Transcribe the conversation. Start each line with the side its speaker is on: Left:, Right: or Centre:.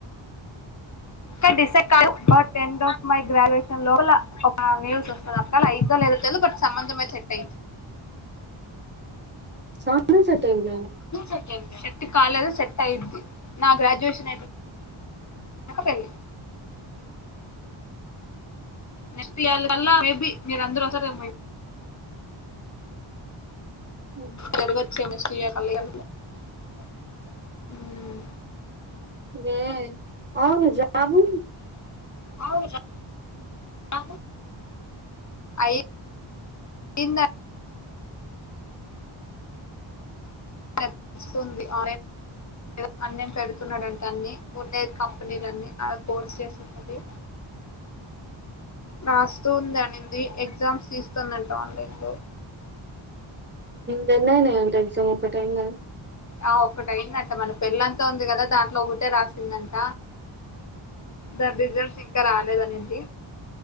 Left: ఇంకా డిసైడ్ కాలే but end of my graduation లో ఒక న్యూస్ వస్తదక్క అలా అయిదో లేదో తెలీదు బట్ సంబంధం అయితే
Right: చానా సెట్ అయిందా
Left: సెట్టై సెట్ కాలేదు సెట్ అయిద్ది నా గ్రాడ్యుయేషన్ అయితే నక పెళ్ళి నెక్స్ట్ <unintelligible> మేబి మీరు అందరూ వస్తారు ఏమో
Right: ఉహు.
Left: జరువత్ సమస్య కళ్ళు <inaudible> మ్మ్
Right: ఏ అవును జాము
Left: అవుర అవు ఐ అయిందా <inaudible> స్తుంది ఆ ఏదో అన్నేం పెడుతున్నాడంటా అన్ని ఉండే కంపెనీలన్నీ ఆ కోర్స్ చేస్తుంటది రాస్తూ ఉందనింది ది ఎగ్జామ్స్ తీస్తుందంట ఆన్లైన్లో
Right: రెండయినాయంట ఎగ్జామ్ ఒకటైందా
Left: ఆ ఒక్కటయింది అం ట మన పెళంతా ఉంది కదా దాంట్లో ఒకటే రాసిందంట దాని రిజల్ట్స్ ఇంకా రాలేదనింది